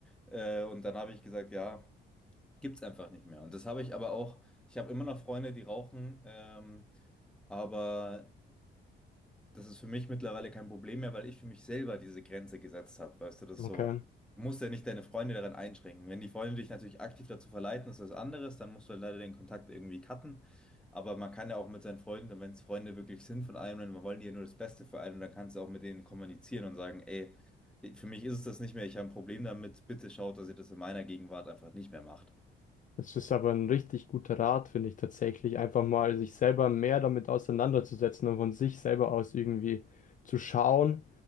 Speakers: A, in the centre; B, on the left.
A: Äh, und dann habe ich gesagt, ja. Gibt's einfach nicht mehr. Und das habe ich aber auch, ich habe immer noch Freunde, die rauchen, ähm, aber das ist für mich mittlerweile kein Problem mehr, weil ich für mich selber diese Grenze gesetzt habe. Weißt du, das ist
B: Okay.
A: so, du musst ja nicht deine Freunde daran einschränken. Wenn die Freunde dich natürlich aktiv dazu verleiten, ist das anderes, dann musst du halt leider den Kontakt irgendwie cutten. Aber man kann ja auch mit seinen Freunden, und wenn es Freunde wirklich sind von einem, dann wollen die ja nur das Beste für einen und dann kannst du auch mit denen kommunizieren und sagen, ey, für mich ist es das nicht mehr, ich habe ein Problem damit, bitte schaut, dass ihr das in meiner Gegenwart einfach nicht mehr macht.
B: Das ist aber ein richtig guter Rat, finde ich tatsächlich, einfach mal sich selber mehr damit auseinanderzusetzen und von sich selber aus irgendwie zu schauen.